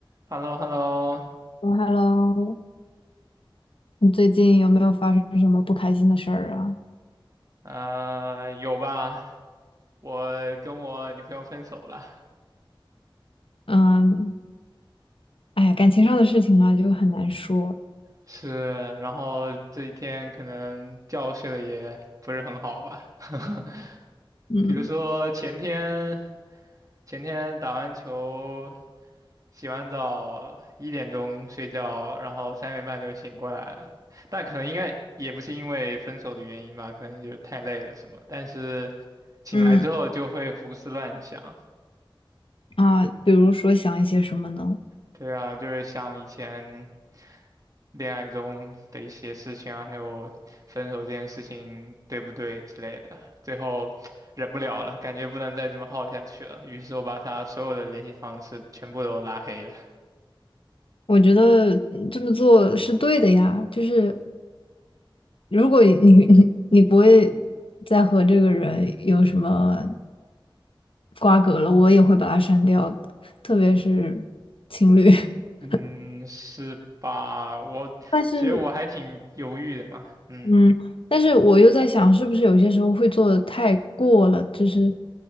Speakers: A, on the right; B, on the left.
A: h e l l o h e l l o
B: h e l l o 你最近有没有发生什么不开心的事儿啊？
A: 呃，有吧？我跟我女朋友分手了，
B: 嗯，哎呀感情上的事情嘛，就很难说。
A: 是，然后这几天可能觉睡的也不是很好吧，<laughs>
B: 嗯
A: 比如说前天前天打完球，洗完澡一点钟睡觉，然后三点半就醒过来了，但可能应该也不是因为分手的原因吧，可能就是太累了什么，但是醒来之后就会胡思乱想。
B: 嗯啊，比如说想一些什么呢？
A: 对啊，就是像以前恋爱中的一些事情啊，还有分手这件事情对不对之类的，最后忍不了了，感觉不能再这么耗下去了，于是我把他所有的联系方式全部都拉黑了。
B: 我觉得嗯这么做是对的呀，就是如果你你你不会再和这个人有什么瓜葛了，我也会把他删掉的，特别是情侣。<laughs>
A: <laughs> 嗯，是吧？我其实我还挺犹豫的嘛。
B: 但是
A: 嗯，
B: 嗯，但是我又在想，是不是有些时候会做的太过了，就是